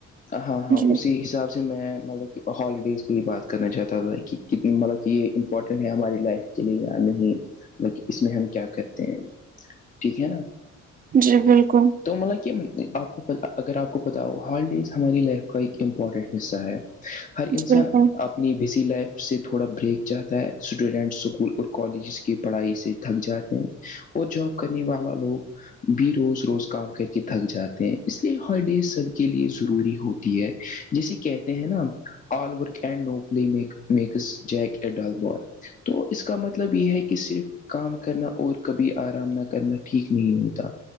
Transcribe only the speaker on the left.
ہاں ہاں
اسی حساب سے میں مطلب کہ ہالیڈیز کی بات کرنا چاہتا تھا کہ کتنی مطلب کہ یہ امپورٹنٹ ہماری لائف کے لیے یا نہیں اس میں ہم کیا کرتے ہیں ٹھیک ہے نا
تو مل کہ آپ کو اگر آپ کو پتا ہو ہالیڈیز ہماری لائف کا ایک امپورٹنٹ حصہ ہے ہر انسان
اپنی بزی لائف سے تھوڑا بریک چاہتا ہے اسٹوڈینٹ اسکول اور کالجز کی پڑھائی سے تھک جاتے ہیں اور جاب کرنے والا لوگ بھی روز روز کام کر کے تھک جاتے ہیں اس لیے ہالیڈیز سب کے لیے ضروری ہوتی ہے جسے کہتے ہیں نا all work and no play make Jack a dull boy تو اس کا مطلب یہ ہے کہ صرف کام کرنا اور کبھی آرام نہ کرنا ٹھیک نہیں ہوتا